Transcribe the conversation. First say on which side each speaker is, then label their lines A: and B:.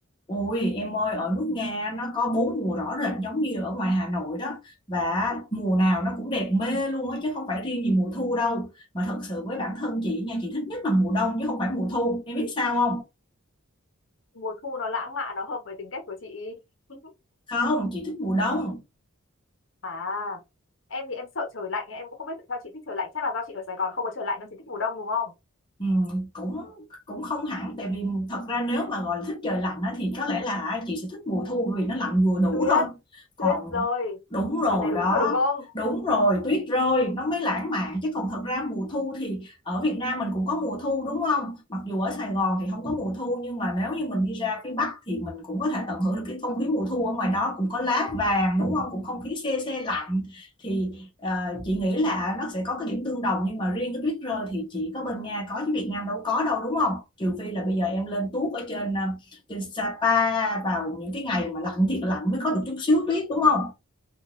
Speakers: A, on the left; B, on the left.
A: Ôi em ơi ở nước Nga nó có bốn mùa rõ rệt giống như ở ngoài Hà Nội đó và mùa nào nó cũng đẹp mê luôn á chứ không phải riêng gì mùa thu đâu mà thật sự với bản thân chị nha chị thích nhất là mùa đông chứ không phải mùa thu em biết sao không
B: mùa thu nó lãng mạn nó hợp với tính cách của chị <laughs>
A: không chị thích mùa đông
B: à em thì em sợ trời lạnh em cũng không biết tại sao chị thích trời lạnh chắc là do chị ở Sài Gòn không có trời lạnh nên chị thích mùa đông đúng không
A: Ừm, cũng cũng không hẳn tại vì thật ra nếu mà gọi là thích trời lạnh á, thì có lẽ là chị sẽ thích mùa thu bởi vì nó lạnh vừa đủ
B: tuyết
A: thôi còn
B: tuyết rồi
A: đúng rồi
B: lần này đúng
A: đó
B: rồi đúng không
A: đúng rồi tuyết rơi nó mới lãng mạn chứ còn thật ra mùa thu thì ở Việt Nam mình cũng có mùa thu đúng không mặc dù ở Sài Gòn thì không có mùa thu nhưng mà nếu như mình đi ra phía Bắc thì mình cũng có thể tận hưởng được cái không khí mùa thu ở ngoài đó cũng có lá vàng đúng không cũng không khí se se lạnh thì ờ, chị nghĩ là nó sẽ có cái điểm tương đồng nhưng mà riêng cái tuyết rơi thì chỉ có bên Nga có chứ Việt Nam đâu có đâu đúng không? Trừ phi là bây giờ em lên tuốt ở trên ờ, trên Sapa vào những cái ngày mà lạnh thiệt lạnh mới có được chút xíu tuyết đúng không?